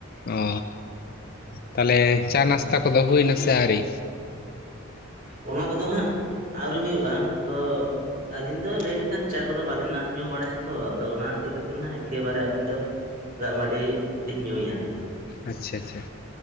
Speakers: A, on the left; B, on the right.
A: ᱚ ᱛᱟᱦᱚᱞᱮ ᱪᱟ-ᱱᱟᱥᱛᱟ ᱠᱚᱫᱚ ᱦᱩᱭ ᱱᱟᱥᱮ ᱟᱹᱣᱨᱤ?
B: ᱚᱱᱟ ᱠᱚᱫᱚ ᱦᱟᱸᱜ ᱟᱣᱨᱤ ᱦᱩᱭᱩᱜᱼᱟ ᱛᱚ ᱟᱹᱞᱤᱧ ᱫᱚ ᱞᱟᱹᱭ ᱞᱮᱠᱷᱟᱱ ᱪᱟ ᱠᱚᱫᱚ ᱵᱟᱹᱞᱤᱧ ᱧᱟ ᱧᱩ ᱵᱟᱲᱟᱭᱟ ᱛᱚ, ᱟᱫᱚ ᱚᱱᱟ ᱤᱫᱤ ᱠᱟᱛᱮᱫ ᱮᱠᱮ ᱵᱟᱨᱮ ᱟᱹᱞᱤᱧ ᱫᱚ ᱫᱟᱜ ᱢᱟᱰᱤ ᱞᱤᱧ ᱧᱩᱭᱟ᱾
A: ᱟᱪᱪᱷᱟ ᱪᱷᱟ